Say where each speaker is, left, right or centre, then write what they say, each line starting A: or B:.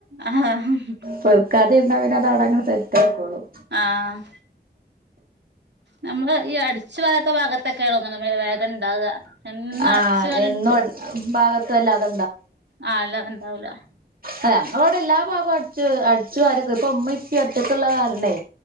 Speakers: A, on the right (about 80°); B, on the right (about 55°).
A: ആഹ്
B: പെറുക്കാതെ ഇരുന്ന പിന്നെ അത് അവിടെ അങ്ങനെ സെറ്റായിക്കോളും
A: ആഹ് നമ്മള് ഈ അടിച്ചു വാരാത്ത ഭാഗത്തു ത്തൊക്കെ തോന്ന്ണ് വേഗം ണ്ടാവ എന്നും
B: ആഹ്
A: അടിച്ച് വാരി
B: എന്നും ഭാഗത്തും വല്ലാതെ
A: ആ അല്ലാതെ ഉണ്ടാവൂല
B: ആ ഞങ്ങളവിടെ എല്ലാ ഭാഗവും അടിച്ചു അടിച്ചുവാരൊക്കെ ഇപ്പൊ ഉമ്മ ഇപ്പ ഒറ്റക്കെള്ള കാരണേ